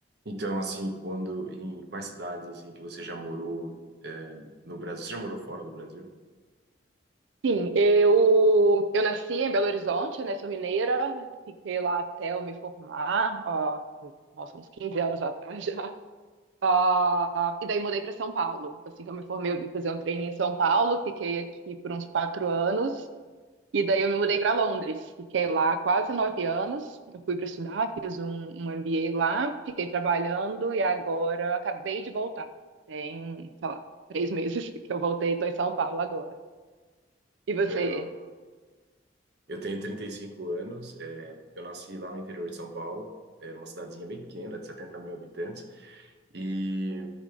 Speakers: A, on the right; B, on the right.
A: Então, assim, quando, em quais cidades, assim, que você já morou, é, no Brasil? Você já morou fora do Brasil?
B: Sim, eu, eu nasci em Belo Horizonte, né? Sou mineira, fiquei lá até eu me formar, ó, nossa, uns 15 anos atrás já. Ah, e daí mudei para São Paulo. Assim que eu me formei, eu vim fazer um treino em São Paulo, fiquei aqui por uns quatro anos, e daí eu me mudei para Londres. Fiquei lá quase nove anos. Eu fui para estudar, fiz um, um MBA lá, fiquei trabalhando e agora acabei de voltar. Tem, sei lá, três meses <laughs> que eu voltei, estou em São Paulo agora. E você?
A: Legal. Eu tenho 35 anos, é, eu nasci lá no interior de São Paulo, era uma cidadezinha bem pequena, de 70 mil habitantes, e,